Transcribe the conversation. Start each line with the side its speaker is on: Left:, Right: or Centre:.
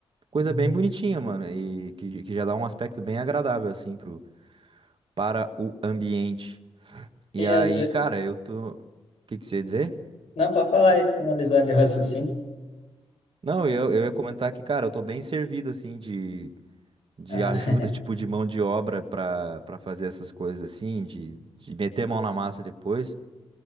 Right: coisa
Left: Uhum.
Right: bem bonitinha, mano, e que, que já dá um aspecto bem agradável, assim, pro, para o ambiente. E
Left: E
Right: aí,
Left: às vezes.
Right: cara, eu tô. O que que você ia dizer?
Left: Não, para falar e finalizar ali o raciocínio.
Right: Não, eu, eu ia comentar que, cara, eu tô bem servido, assim, de, de
Left: Ah.
Right: ajuda, <laughs> tipo, de mão de obra para para fazer essas coisas assim, de, de meter a mão na massa depois.